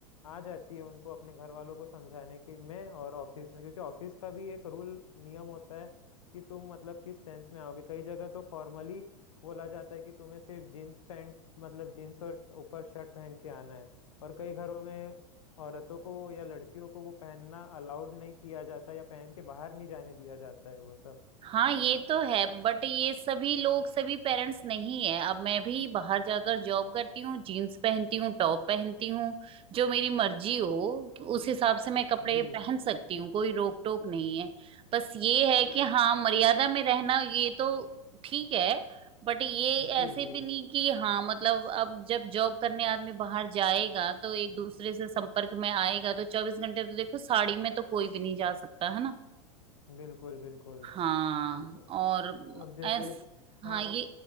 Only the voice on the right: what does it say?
हाँ ये तो है बट ये सभी लोग सभी पेरेंट्स नहीं है अब मैं भी बाहर जाकर जॉब करती हूँ जीन्स पहनती हूँ टॉप पहनती हूँ जो मेरी मर्जी हो उस हिसाब से मैं कपड़े
पहन सकती हूँ कोई रोक टोक नहीं है बस ये है कि हाँ मर्यादा में रहना ये तो ठीक है बट ये
ऐसे
भी नहीं कि हाँ मतलब अब जब जॉब करने आदमी बाहर जाएगा तो एक दूसरे से संपर्क में आएगा तो चौबीस घंटे तो देखो साड़ी में तो कोई भी नहीं जा सकता है ना
हाँ
और तो
ऐस हाँ
और ये